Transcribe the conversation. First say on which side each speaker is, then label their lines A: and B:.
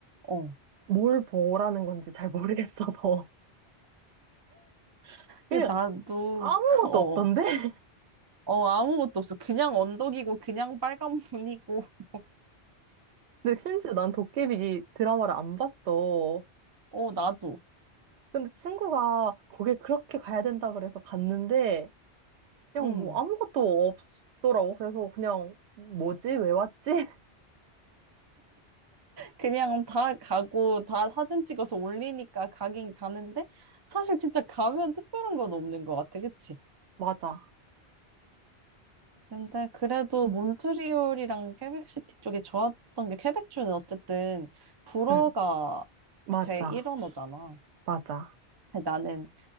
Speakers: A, on the right; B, on the right.
A: 어.
B: 뭘 보라는 건지 잘 모르겠어서 <laughs> 그냥
A: 근데 나도
B: 아무것도
A: <laughs> 어.
B: 없던데? <laughs>
A: 어, 아무것도 없어. 그냥 언덕이고, 그냥 빨간 문이고, <laughs>
B: 근데 심지어 난 도깨비 드라마를 안 봤어.
A: 어, 나도.
B: 근데 친구가 거길 그렇게 가야 된다 그래서 갔는데 그냥
A: 음.
B: 뭐 아무것도 없더라고. 그래서 그냥 뭐지? 왜 왔지? <laughs>
A: 그냥 다 가고, 다 사진 찍어서 올리니까 가긴 가는데, 사실 진짜 가면 특별한 건 없는 것 같아. 그치?
B: 맞아.
A: 근데 그래도 몬트리올이랑 퀘벡시티 쪽이 좋았던 게, 퀘벡주는 어쨌든 불어가
B: 응, 맞아.
A: 제1언어잖아.
B: 맞아.
A: 나는